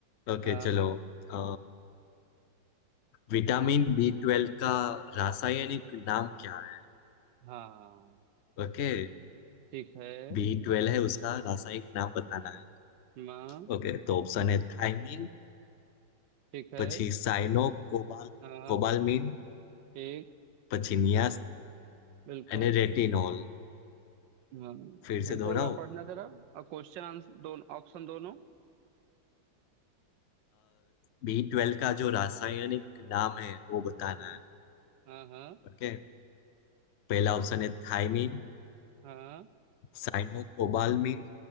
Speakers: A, on the left; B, on the right.
A: ओके
B: हाँ
A: चलो
B: हाँ
A: अ, विटामिन बी ट्वेल्व का रासायनिक नाम क्या है
B: हाँ
A: ओके
B: ठीक है
A: बी ट्वेल्व है उसका रासायनिक नाम बताना है
B: माँ
A: ओके तो ऑप्शन है थायमीन
B: ठीक है
A: પછી સાયનો કોબાલ
B: हाँ
A: કોબાલમિન
B: एक
A: પછી નિયાસિન
B: बिल्कुल
A: यानी रेटिनॉल
B: हाँ
A: फिर
B: फिर
A: से दोहराओ
B: से एक बार पढ़ना जरा और क्वेश्चन आंसर दोनों ऑप्शन दोनों
A: बी ट्वेल्व का जो रासायनिक नाम है वो बताना
B: हाँ
A: है
B: हाँ हाँ
A: ओके पहला ऑप्शन है थायमीन
B: हाँ
A: साइनोकोबाल्मिन